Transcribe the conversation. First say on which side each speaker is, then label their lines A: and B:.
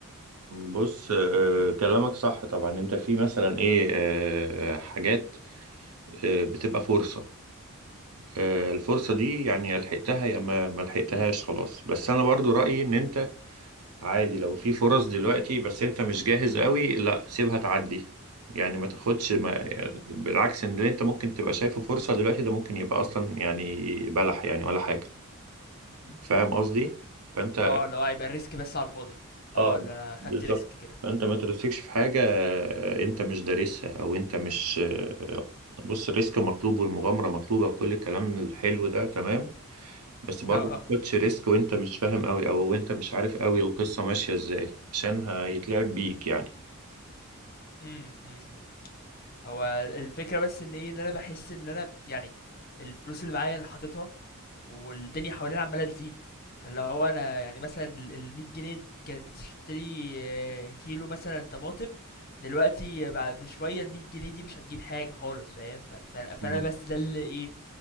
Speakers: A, on the right (about 85°); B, on the left (about 45°).
A: بص آه، كلامك صح طبعا انت في مثلا ايه آه، حاجات آه، بتبقى فرصة آه، الفرصة دي يعني يا لحقتها يا ما ما لحقتهاش
B: امم
A: خلاص بس انا برضو رأيي ان انت عادي لو في فرص دلوقتي بس انت مش جاهز قوي لا سيبها تعدي يعني ما تاخدش ما يعني بالعكس ان اللي انت ممكن تبقى شايفه فرصة دلوقتي ده ممكن يبقى اصلا يعني بلح يعني ولا حاجة فاهم قصدي فانت
B: اه اللي هو هيبقى الريسك بس على الفاضي اه
A: اه
B: اللي انا خدت
A: بالظبط
B: ريسك كده
A: فانت ما ترسكش في حاجة انت مش دارسها او انت مش بص الريسك مطلوب والمغامرة مطلوبة وكل الكلام الحلو ده تمام بس برضه
B: <laughs> اه
A: ما تاخدش ريسك وانت مش فاهم قوي او وانت مش عارف قوي القصة ماشية ازاي عشان هيتلعب بيك يعني
B: امم أمم، أمم. هو الفكره بس ان ايه ان انا بحس ان انا يعني الفلوس اللي معايا انا حاططها والدنيا حوالينا عمالة تزيد فاللي هو انا يعني مثلا ال 100 جنيه كانت بتشتري آه، كيلو مثلا طماطم دلوقتي بعد بشوية ال 100 جنيه دي مش هتجيب حاجة خالص فاهم ف- ف- فانا
A: مم.
B: بس ده اللي ايه